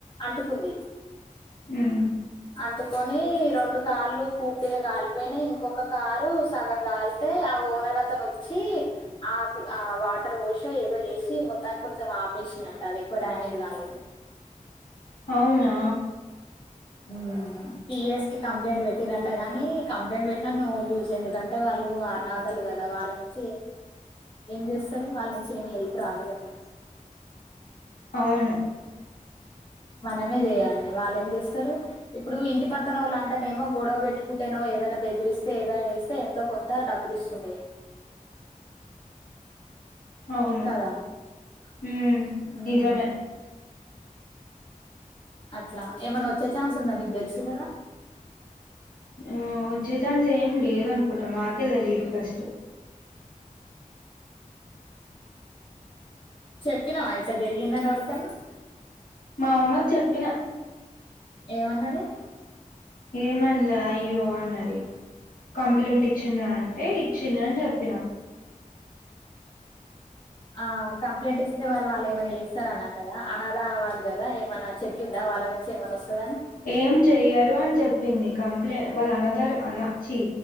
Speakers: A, on the left (about 35°); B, on the left (about 85°).
A: అంటుకుంది.
B: ఉమ్.
A: అంటుకని రొండు కార్లు. పూర్తిగా కాలిపోయినయ్ ఇంకొక కారు సగం గాలితే ఆ ఓనర్ అతను ఓచ్చి. ఆప్ ఆ వాటర్ వోషీ ఏదో యేసి మొత్తానికి కొంచం ఆపేసిడంట అది ఎక్కువ డ్యామేజ్ కాలేదు.
B: అవునా.
A: మ్ పిఎస్ కి కంప్లైంట్ పెట్టిరంటగని కంప్లైంట్ వేట్టినా నో యూజ్ ఎందుకం. అంటే వాళ్ళు అనాథాలు గదా వాళ్ళ నుంచి ఏమీ. ఏం జేస్తారు వాళ్ నుంచి ఎం హెల్ప్ రాదు గనీ.
B: అవును.
A: మనమే జేయాలి వాళ్ళేం జేస్తారు. ఇప్పుడు ఇంటి పక్కనోళ్ళు అంతటేమో గొడవ వేట్టుకుంటేనో ఏదైనా బెదిరిస్తే ఏదైనా ఏస్తే ఎంతో కొం. దా డబ్బులిస్తుందడె.
B: అవును
A: కదా
B: మ్
A: మ్మ్
B: నిజమే.
A: అట్లా ఏమన్నా ఓచ్చే ఛాన్స్ ఉందా మీకు దెల్సు గదా.
B: ఏమో వచ్చే ఛాన్స్ ఏం లేదు అనుకుంట మాకే తెలీయదు ఫస్టు.
A: చెప్పినావా ఇట్ల జరిగిందనేవరికన్నా.
B: మా అమ్మక్ చెప్పిన.
A: ఏమన్నది.
B: ఏమన్లే అయ్యో అన్నది కంప్లైంట్ ఇచ్చినా అని. ఏ ఇచ్చిన అన్ జేప్పిన.
A: ఆ కంప్లైంట్ ఇస్తే మరి వాళ్ళు ఏమైనా ఏస్తర అని అన్నదా అనదా వాళ్ళు. కదా ఏమన్నా చెప్పిందా వాళ్ళ నుంచి ఏమైన్నా ఓస్తదని.
B: ఏం చెయ్యరు అని జేప్పింది కంప్లై వాళ్ళ అనధర్ అన ఛీ.